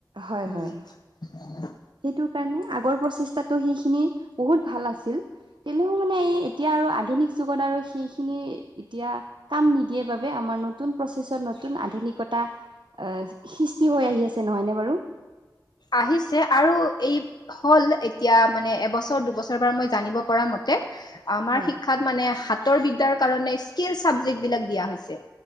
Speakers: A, on the right; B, on the left.
A: হয়
B: উম।
A: হয় সেইটো কাৰণে আগৰ প্ৰচেষ্টাতো সেইখিনি বহুত ভাল আছিল। তেনেও মানে এই এতিয়া আৰু আধুনিক যুগত আৰু সেইখিনি এতিয়া - কাম নিদিয়ে বাবে আমাৰ নতুন প্ৰচেছত নতুন আধুনিকতা - সৃষ্টি হৈ আহি আছে নহয় নে বাৰু?
B: আহিছে আৰু এই - হল এতিয়া মানে এবছৰ দুবছৰৰ পৰা মই জানিব পৰা মতে - আমাৰ
A: হয়।
B: শিক্ষাত মানে হাতৰ বিদ্যাৰ কাৰণে স্কিল চাবজেক্টবিলাক দিয়া হৈছে।